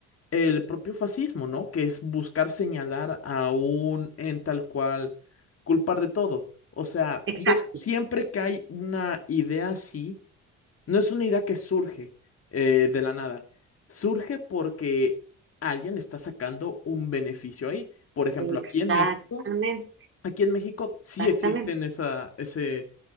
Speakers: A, on the left; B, on the right.
A: el propio fascismo, ¿no? Que es buscar señalar a un en tal cual, culpar de todo. O sea,
B: Exacto,
A: y es que siempre que hay una idea así, no es una idea que surge eh, de la nada. Surge porque alguien está sacando un beneficio ahí. Por ejemplo,
B: exactamente,
A: aquí en México, aquí en México sí
B: exactamente.
A: existen esa, ese,